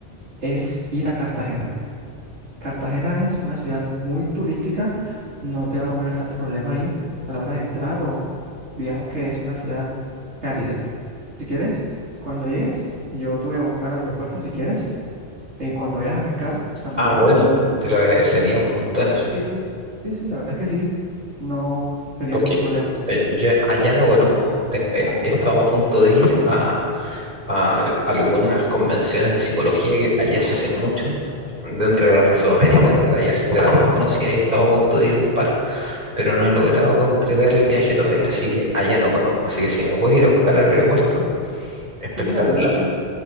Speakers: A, on the right; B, on the right.
A: es ir a Cartagena. Cartagena es una ciudad muy turística, no te van a poner tanto problema ahí a la hora de entrar o digamos que es una ciudad cálida. Si quieres, cuando llegues, yo te voy a buscar al aeropuerto si quieres eh, cuando vayas a pescar también.
B: Ah, bueno, te lo agradecería un montón eso.
A: Sí, sí. Sí, sí, la verdad es que sí. No sería
B: porque
A: ningún problema.
B: eh, yo allá no conozco. Ten- eh, he estado a punto de ir a, a algunas convenciones de psicología que allá se hacen mucho. Dentro de las de
A: Ajá.
B: Sudamérica, las de allá son de las más conocidas y he estado a punto de ir a un par, pero no he logrado concretar el viaje todavía, así que allá no conozco. Así que si me puedes ir a buscar al aeropuerto, espectacular.
A: Sí, la verdad, sí.